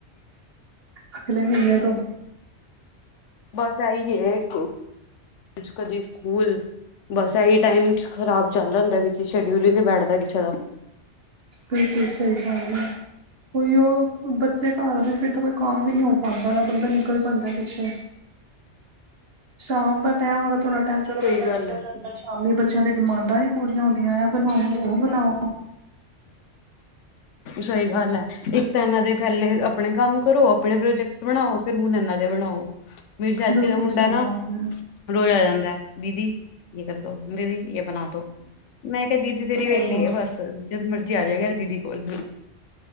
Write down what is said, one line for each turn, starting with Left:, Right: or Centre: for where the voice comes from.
Right: ਅਗਲੇ ਮਹੀਨੇ ਤੋਂ
Left: ਬਸ ਐਈ <unintelligible> ਕਦੀ ਸਕੂਲ ਬਸ ਐਹੀ ਟਾਈਮ ਖ਼ਰਾਬ ਚੱਲ ਰਿਹਾ ਹੁੰਦਾ, ਵਿੱਚ ਸ਼ਡਿਊਲ ਈ ਨਈ ਬੈਠਦਾ ਕਿਸੇ ਦਾ।
Right: ਬਿਲਕੁਲ ਸਹੀ ਗੱਲ ਏ, ਉਈਉ ਬੱਚੇ ਘਰ ਆਂਦੇ ਨੇ ਫਿਰ ਤਾਂ ਕੋਈ ਕੰਮ ਵੀ ਨੀ ਹੋ ਪਾਉਂਦਾ, ਨਾ ਬੰਦਾ ਨਿਕਲ ਪਾਂਦਾਏ ਕਿਤੇ। ਸ਼ਾਮ ਦਾ ਟਾਈਮ ਹੁੰਦਾ ਥੋੜ੍ਹਾ ਟਾਈਮ ਚਲੋ
Left: ਸਹੀ
Right: ਬੰਦਾ
Left: ਗੱਲ
Right: ਨਿਕਲ
Left: ਹੈ
Right: ਜਾਂਦਾ ਸ਼ਾਮੀ ਬਟ ਬੱਚਿਆਂ ਦੀ ਡਿਮਾਂਡਾਂ ਈ ਪੂਰੀਆਂ ਹੁੰਦੀਆਂ, ਐ ਬਨਾਓ, ਉਹ ਬਨਾਉ।
Left: ਸਹੀ ਗੱਲ ਏ, ਇੱਕ ਤਾਂ ਇਹਨਾਂ ਦੇ ਫੈਲੇ ਅਪ ਆਪਨੇ ਕੰਮ ਕਰੋ, ਆਪਨੇ ਪ੍ਰੋਜੈਕਟ ਆਪਣੇ ਬਨਾਉ, ਫੇਰ ਹੁਨ ਇਹਨਾਂ ਦੇ ਬਨਾਉ। ਮੇਰੀ ਚਾਚੀ
Right: ਬਿਲਕੁਲ
Left: ਦਾ ਮੁੰਡਾ
Right: ਸਹੀ
Left: ਨਾ,
Right: ਗੱਲ ਹੈ
Left: ਰੋਜ਼ ਆ ਜਾਂਦਾ ਏ ਦੀਦੀ। <unintelligible> ਦੀਦੀ। ਯੇ ਬਨਾ ਦੋ, ਮੈਂ ਕਿਹਾ ਦੀਦੀ ਤੇਰੀ
Right: ਚਲੋ
Left: ਵਿਹਲੀ ਐ ਬਸ। ਜਦੋਂ ਮਰਜ਼ੀ ਆ ਜਾਏਗਾ ਦੀਦੀ। ਕੋਲ